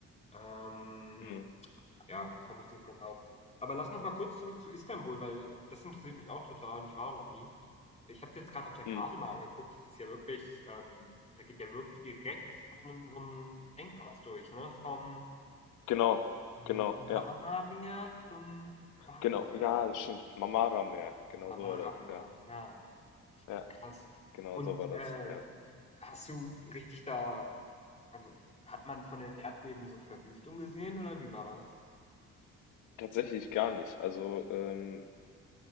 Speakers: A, on the left (about 20°); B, on the left (about 90°).
A: Ähm,
B: Mhm.
A: ja, komme ich nicht mehr drauf. Aber lass noch mal kurz zurück zu Istanbul, weil das interessiert mich auch total und ich war da noch nie. Ich habe es jetzt gerade auf der Karte
B: Mhm.
A: mal angeguckt, das ist ja wirklich ähm, da geht ja wirklich direkt so ein so 'n Engpass durch, ne? Vom
B: Genau,
A: M
B: genau, ja.
A: Marmarmeer zum Schwarzen
B: Genau,
A: Meer,
B: ja, das stimmt. Marmara-Meer, genau
A: Marmara
B: so war das,
A: Meer
B: ja.
A: ja,
B: Ja,
A: krass.
B: genau
A: Und,
B: so war das,
A: äh,
B: ja.
A: hast du richtig da Also, hat man von den Erdbeben so Verwüstung gesehen oder wie war das?
B: Tatsächlich gar nicht. Also, ähm,